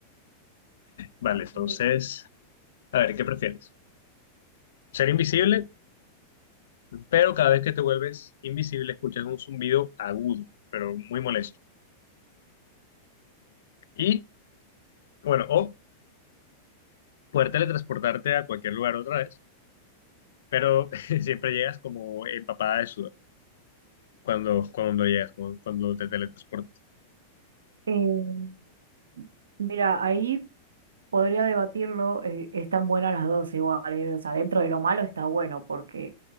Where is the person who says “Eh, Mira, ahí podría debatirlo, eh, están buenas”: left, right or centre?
Right